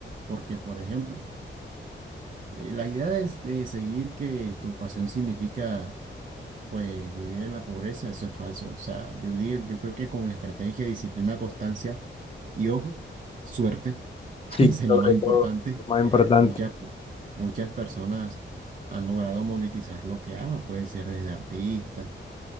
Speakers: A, on the right; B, on the left.
A: porque por ejemplo, eh, la idea es de seguir que tu pasión significa pues vivir en la pobreza, eso es falso. O sea, yo digo, yo creo que con estrategia, disciplina, constancia y ojo, suerte,
B: sí,
A: <laughs> esa es
B: sobre
A: la más importante.
B: todo, lo más importante.
A: Muchas, pe- muchas personas han logrado monetizar lo que aman, pueden ser desde artistas.